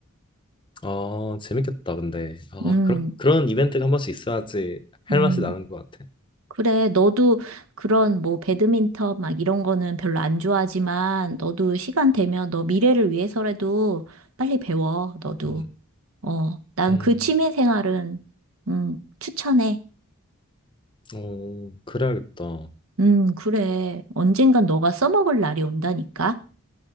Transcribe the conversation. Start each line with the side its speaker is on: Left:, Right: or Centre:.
Left: 아, 재밌겠다, 근데. 아,
Right: 음.
Left: 그런, 그런 이벤트가 한 번씩 있어야지 할
Right: 음,
Left: 맛이 나는 것 같아.
Right: 그래. 너도 그런 뭐 배드민턴 막 이런 거는 별로 안 좋아하지만 너도 시간 되면 너 미래를 위해서라도 빨리 배워. 너도.
Left: 음,
Right: 어, 난
Left: 음,
Right: 그 취미 생활은 음, 추천해.
Left: 어, 그래야겠다.
Right: 음, 그래. 언젠간 너가 써먹을 날이 온다니까.